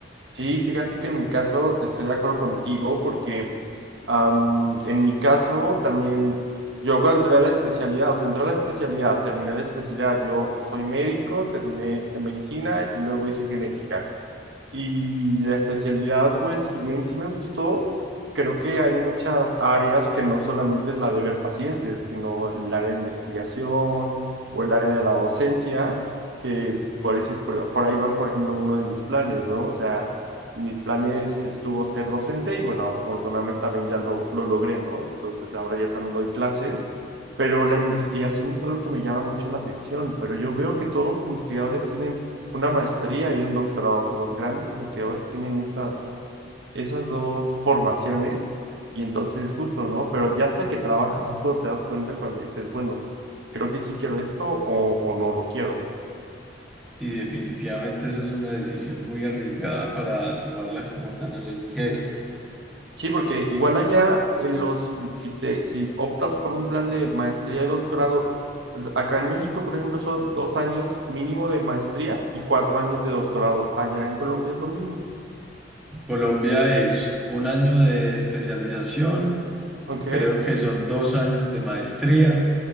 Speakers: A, on the right; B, in the centre.
A: Sí, fíjate que en mi caso estoy de acuerdo contigo porque am, en mi caso también, yo cuando entré a la especialidad, o sea, entré a la especialidad, terminé la especialidad, yo soy médico, terminé en medicina y luego hice genética. Y la especialidad, pues, si bien sí me gustó, creo que hay muchas áreas que no solamente es la de ver pacientes, sino el área de investigación o el área de la docencia, que por, ese, por, por ahí van, por ejemplo, uno de mis planes, ¿no? O sea, mis planes estuvo ser docente y bueno, afortunadamente también ya lo, lo logré, ¿no? Entonces ahora ya también doy clases, pero la investigación es algo que me llama mucho la atención, pero yo veo que todos los investigadores tienen una maestría y un doctorado. O sea, los grandes investigadores tienen esas, esas dos formaciones y entonces justo, ¿no? Pero ya hasta que trabajas es cuando te das cuenta cuando dices, bueno, creo que sí quiero esto o, o no lo quiero.
B: Sí, definitivamente esa es una decisión muy arriesgada para tomarla como tan a la ligera.
A: Sí, porque igual allá en los, si te, si optas por un plan de maestría y doctorado, acá en México, por ejemplo, son dos años mínimo de maestría y cuatro años de doctorado. Allá en Colombia es lo mismo.
B: Colombia es un año de especialización,
A: ¿Ok?
B: creo que son dos años de maestría